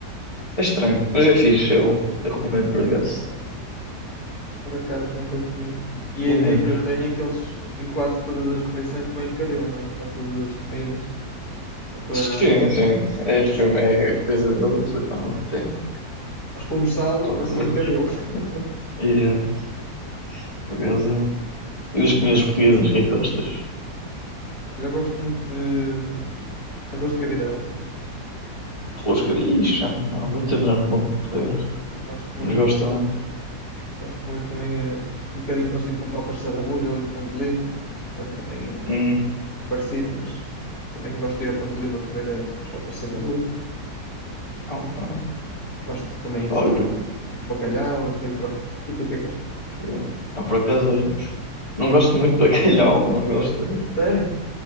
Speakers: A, on the left (about 20°); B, on the left (about 60°).
A: É estranho, mas é fixe, é bom. Eu recomendo, por acaso.
B: Por acaso nunca comi. E
A: Recomendo.
B: a ideia que eu tenho é que eles em quase todas as refeições põem caril, não é? Em quase todas as comidas. Ou estou
A: Sim,
B: errado?
A: sim. É
B: É.
A: tipo, é coisa deles, literalmente. É
B: Nós pomos sal,
A: toque
B: eles põem
A: deles.
B: caril. <laughs>
A: E, é, por acaso, é. E das comidas portuguesas, o que é que gostas?
B: Olha, eu gosto muito de hum, arroz de cabidela.
A: Rosca de. Ixi, já há muito tempo já não como, por acaso.
B: Eu Gosto muito.
A: Mas gosto também.
B: Gosto muito também. É um bocadinho parecido com papas de sarrabulho ali de Ponte de Lima. Pronto, também é,
A: Hum.
B: é parecido, mas também gosto de ir a Ponte de Lima comer eh, umas papas de sarrabulho.
A: ok.
B: Gosto também,
A: Olho,
B: sei lá, o típico bacalhau e por aí fora. E tu o que é que gostas?
A: yeah. Ah, por acaso, olha. Não gosto muito de <laughs> bacalhau, não gosto mesmo.
B: Sério?